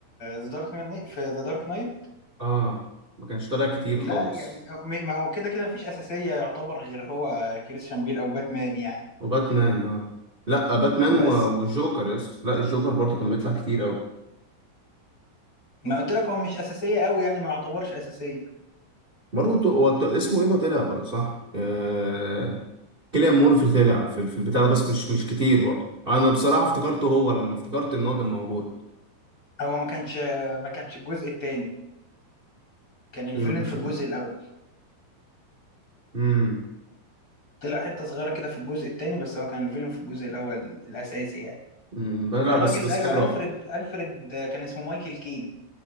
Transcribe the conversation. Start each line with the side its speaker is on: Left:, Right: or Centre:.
Left: ذا دارك نايت في ذا دارك نايت
Right: اه ما كانش طالع كتير
Left: لا
Right: خالص
Left: يعني م- ما هو كده كده مفيش اساسيه يعتبر غير هو كريستيان بيل او باتمان يعني
Right: وباتمان اه لا باتمان
Left: بس
Right: و- والجوكر يا اسطى لا الجوكر برضه كان بيطلع كتير قوي
Left: ما قلت لك هو مش اساسيه قوي يعني ما يعتبرش اساسيه
Right: برضه ط- هو ط- اسمه ايه ده طلع بقى صح آه... كيليان مورفي طلع في, ال- في البتاع ده بس مش مش كتير برضه انا بصراحه افتكرته هو لما افتكرت ان هو كان موجود
Left: هو ما كانش ما كانش الجزء الثاني كان الفيلن
Right: ايه ما كانش
Left: في الجزء
Right: موجود
Left: الاول
Right: امم
Left: طلع حته صغيره كده في الجزء الثاني بس هو كان الفيلن في الجزء الاول الاساسي يعني
Right: أمم، لا
Left: الراجل
Right: بس بس
Left: ايوه
Right: حلوه
Left: الفريد الفريد كان اسمه مايكل كين